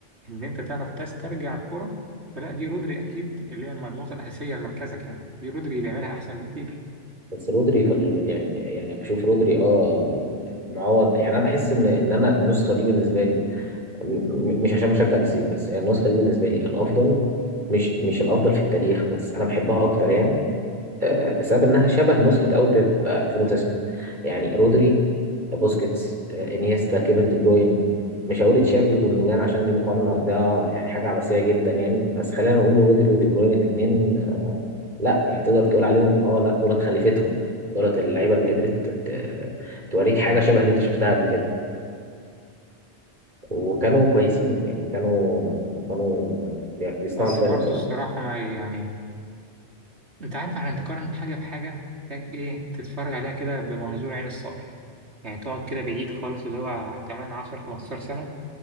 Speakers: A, on the right; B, on the right.
A: إن أنت تعرف تسترجع الكرة فلا دي رودري أكيد اللي هي النقطة الأساسية لمركزك يعني دي رودري بيعملها أحسن بكتير
B: بس رودري في ال... يعني يعني بشوف رودري اه معوض يعني انا بحس ان ان انا النسخه دي بالنسبه لي م- مش عشان مشجع للسيتي بس يعني النسخه دي بالنسبه لي الافضل مش مش الافضل في التاريخ بس انا بحبها اكتر يعني آه، بسبب انها شبه نسخه اوي بيب آه، 2009 يعني رودري بوسكيتس آه، انيستا كيفن دي بروين مش هقول تشافي وجوندوجان عشان دي مقارنه ده يعني حاجه عبثيه جدا يعني بس خلينا نقول رودري ودي بروين الاثنين لا يعني تقدر تقول عليهم اه لا دولت خليفتهم دولت اللعيبه اللي قدرت ت- توريك حاجه شبه اللي انت شفتها قبل كده وكانوا كويسين يعني كانوا كانوا بيصنعوا
A: بس
B: الفرق
A: برضه
B: بصراحه
A: الصراحة ما يعني انت عارف عشان تقارن حاجة بحاجة محتاج ايه تتفرج عليها كده بمنظور عين الصقر يعني تقعد كده بعيد خالص اللي هو كمان 10 15 سنة